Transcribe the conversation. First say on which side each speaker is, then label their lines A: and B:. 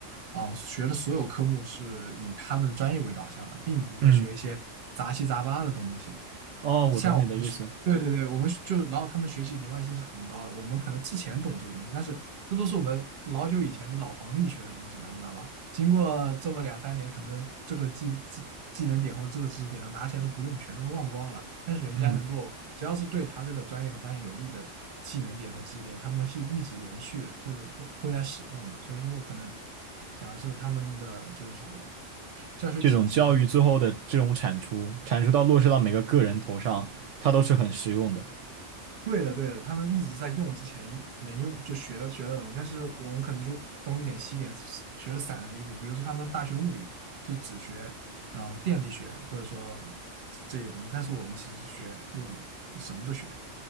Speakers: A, on the right (about 45°); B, on the right (about 70°).
A: 啊、呃学的所有科目是以他们的专业为导向的，并不会学一些杂七杂八的东西。
B: 嗯，哦，我懂你的意思。
A: 像我们对对对，我们就然后他们学习灵外性是很高的，我们可能之前懂这个东西，但是那都是我们老久以前的老黄历学的东西了，你知道吧？经过这么两三年，可能这个技技技能点或者这个知识点拿起来都不用，全都忘光了。但是人家能够，
B: 嗯，
A: 只要是对他这个专业和方向有利的技能点和知识点，他们是一直连续或者会会在使用的。所以说，我可能想的是他们的就是教学体系或
B: 这种教育最后的这种产出，产出到落实到每个个人头上，它都是很实用的。
A: 对的，对的，他们一直在用之前能用就学学的东西，但是我们可能就东一点西一点，学的散的离谱。比如说他们大学物理就只学呃电力学或者说这些东西，但是我们其实学物理什么都学。